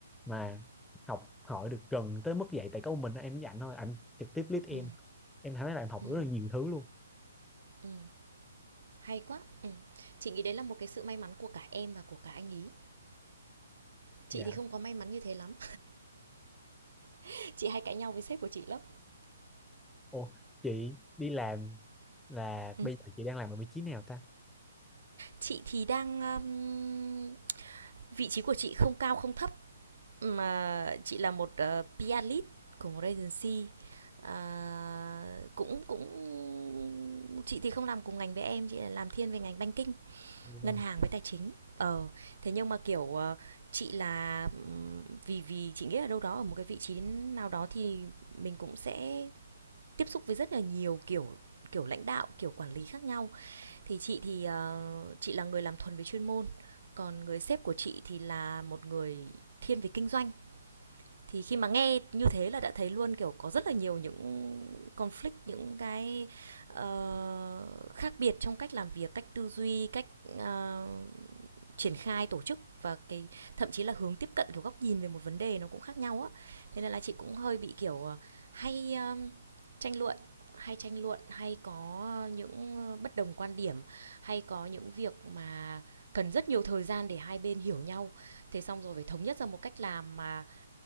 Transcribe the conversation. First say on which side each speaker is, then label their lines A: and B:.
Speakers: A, in the centre; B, on the right (about 70°).
A: mà học hỏi được gần tới mức vậy tại có một mình em với ảnh thôi ảnh trực tiếp lead em
B: Ừ.
A: em thấy là em học
B: Ừ.
A: rất là nhiều thứ luôn
B: Ừ. Hay quá. Ừ. Chị nghĩ đấy là một cái sự may mắn của cả em và của cả anh ý. Chị
A: dạ
B: thì không có may mắn như thế lắm. <laughs> Chị hay cãi nhau với sếp của chị lắm.
A: ô chị đi làm là
B: Ừ.
A: bây giờ chị đang làm ở vị trí nào ta
B: Chị thì đang um, vị trí của chị không cao không thấp mà chị là một uh, PR lead của một agency. À, cũng cũng chị thì không làm cùng ngành với em chị là làm thiên về ngành banking
A: dạ vâng
B: Ngân hàng với tài chính. Ờ, thế nhưng mà, kiểu, ờ, chị là, ừm, vì vì chị nghĩ là đâu đó ở một cái vị trí nào đó thì mình cũng sẽ tiếp xúc với rất là nhiều kiểu kiểu lãnh đạo, kiểu quản lý khác nhau. Thì chị thì, ờ, chị là người làm thuần về chuyên môn, còn người sếp của chị thì là một người thiên về kinh doanh. Thì khi mà nghe như thế là đã thấy luôn, kiểu, có rất là nhiều những conflict, những cái, ờ, khác biệt trong cách làm việc, cách tư duy, cách, ờ, triển khai tổ chức và cái thậm chí là hướng tiếp cận kiểu góc nhìn về một vấn đề nó cũng khác nhau á thế nên là chị cũng hơi bị kiểu ờ, hay um, tranh luận hay tranh luận hay có những ờ, bất đồng quan điểm hay có những việc mà cần rất nhiều thời gian để hai bên hiểu nhau thế xong rồi phải thống nhất ra một cách làm mà